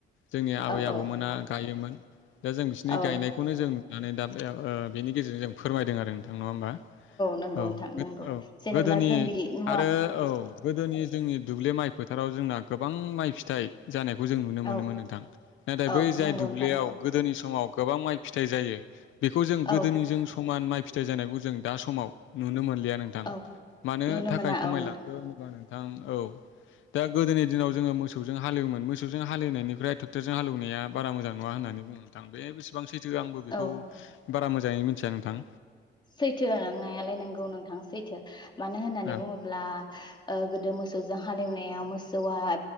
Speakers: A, on the left; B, on the left.
A: जोंनि आबै
B: औ
A: - आबौमोना
B: औ
A: गायोमोन दा जों बिसिनि
B: औ
A: गायनायखौनो जों नुनानै दा ओ बेनि गेजेरजों जों फोरमायदों आरो नोंथां नङा होनोमबा? औ
B: नंगौ
A: -
B: नोंथां नंगौ
A: औ
B: जेनेबा
A: गोदोनि
B: जों बिदि मुवा
A: आरो औ गोदोनि जोंनि दुब्लि माइ फोथाराव जोंना गोबां माइ फिथाइ जानाय जों नुनो मोनोमोन
B: औ
A: नोंथां नाथाय
B: औ
A: बै जाय
B: नंगौ
A: दुब्लियाव
B: नोंथां नंगौ
A: गोदोनि समाव गोबां माइ फ फिथाइ जायो बेखौ जों गोदोनिजों
B: औ
A: समान माइ फिथाइ जानायखौ जों दा समाव नुनो मोन गैया नोंथां
B: औ
A: मानो
B: नुनो
A: थाखाय
B: मोना
A: खमायलांखो
B: औ नोंथां
A: होनोबा नोंथां औ दा गोदोनि दिनाव जोङो मोसौ मोसौजों हालेवोमोन मोसजों हेलेवनायनिफ्राय ट्रेक्टरजों हालेवनाया बारा मोजां नङा होननानै बुङो नोंथां बे बेसेबां सैथो? आंबो बेखौ
B: औ
A: बारा मोजाङै मिथिया नोंथां।
B: सैथो नंनायालाय नोंगौ नोंथां सैथो। मानो होननानै
A: औ
B: बुङोब्ला ओ गोदो मोसौजों हालेवनायाव मो मोसौआ